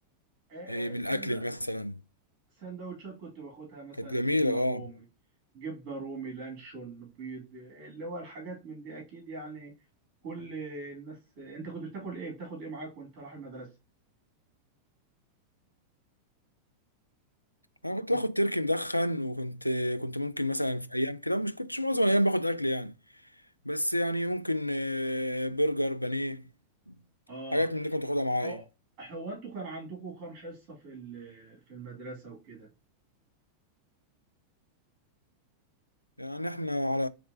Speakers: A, on the right; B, on the left.
A: آه،
B: إيه من
A: سند
B: الأكل مثلا
A: سندوتشات كنت باخدها مثلا
B: كانت جميلة
A: جبنه
B: اه
A: رومي جبنه رومي لانشون بيض اللي هو الحاجات من دي اكيد يعني كل الناس انت كنت بتاكل ايه بتاخد ايه معاك وانت رايح المدرسه
B: انا كنت
A: كنت...
B: باخد تركي مدخن وكنت كنت ممكن مثلا في ايام كده مش كنتش معظم الايام باخد اكل يعني بس يعني ممكن آه، برجر بانيه
A: اه
B: حاجات من دي كنت اخدها معايا
A: اه هو انتوا كان عندكم كام حصه في ال- في المدرسه وكده
B: يعني احنا على